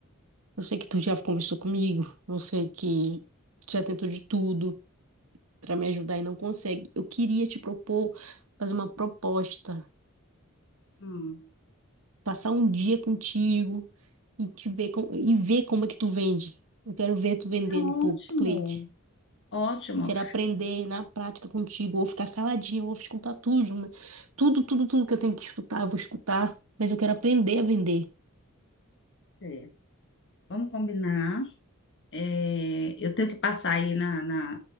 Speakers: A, on the right; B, on the left.
A: Eu sei que tu já conversou comigo, eu sei que tu já tentou de tudo pra me ajudar e não consegue. Eu queria te propor fazer uma proposta,
B: hum.
A: passar um dia contigo e te ver com- e ver como é que tu vende. Eu quero ver tu vendendo
B: Ah, Ótimo,
A: pro cliente.
B: ótimo.
A: Eu quero aprender na prática contigo, ou ficar caladinha, ou escutar tudo, né? Tudo, tudo, tudo que eu tenho que escutar, eu vou escutar, mas eu quero aprender a vender.
B: Certo. Vamos combinar. É, eu tenho que passar aí na, na,